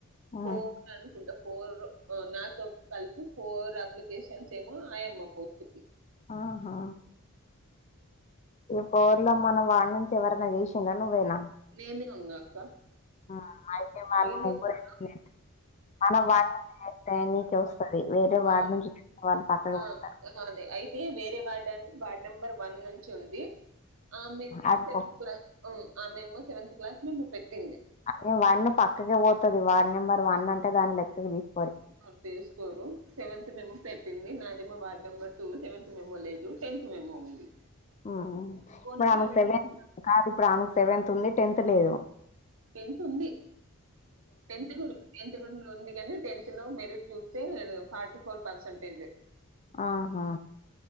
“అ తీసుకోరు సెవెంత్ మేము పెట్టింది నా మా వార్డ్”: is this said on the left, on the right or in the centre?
Right